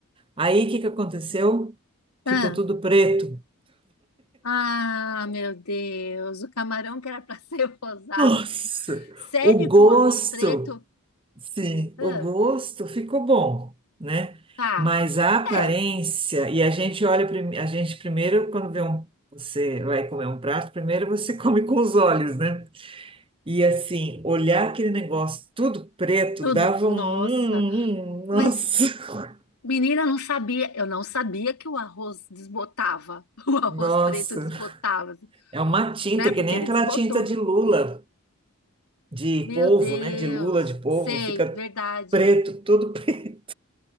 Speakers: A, on the right; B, on the left.
A: Aí o que que aconteceu?
B: Ah,
A: Ficou tudo preto.
B: ah, meu Deus, o camarão que era para <laughs> ser rosado.
A: Nossa,
B: Sério
A: o gosto,
B: que o arroz preto?
A: sim,
B: Ah,
A: o gosto ficou bom, né?
B: tá.
A: Mas a aparência,
B: É,
A: e a gente olha, prime- a gente primeiro, quando vê um, você vai comer um prato, primeiro você <laughs> come com os olhos, né? E assim, olhar aquele negócio tudo preto
B: tudo.
A: dava
B: Nossa,
A: um, um- um- nossa,
B: mas
A: <laughs>
B: menina, eu não sabia. Eu não sabia que o arroz desbotava. <laughs> O arroz
A: nossa.
B: preto desbotava. assim.
A: É uma tinta
B: né? Porque
A: que nem
B: ele
A: aquela
B: desbotou.
A: tinta de lula, de
B: Meu
A: polvo,
B: Deus,
A: né? De lula de polvo,
B: sei,
A: fica
B: verdade.
A: preto, tudo <laughs> preto.